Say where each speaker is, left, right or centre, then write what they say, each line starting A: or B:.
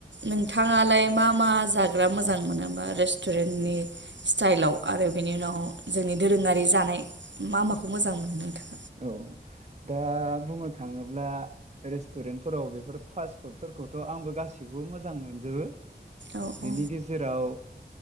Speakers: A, on the right; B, on the right.
A: नोंथाङालाय मा मा जाग्रा मोजां मोनोबा रेस्टुरेन्टनि स्टाइलाव आरो बिनि उनाव अ जोंनि दोरोङारि जानाय मा माखौ मोजां मोनो नोंथां?
B: औ दा बुंनो थाङोब्ला रेस्टुरेन्टफोराव बेफोर फास्ट फुडफोरखौथ' आंबो गासैखौबो मोजां मोनजोबो।
A: औ
B: बेनि
A: औ
B: गेजेराव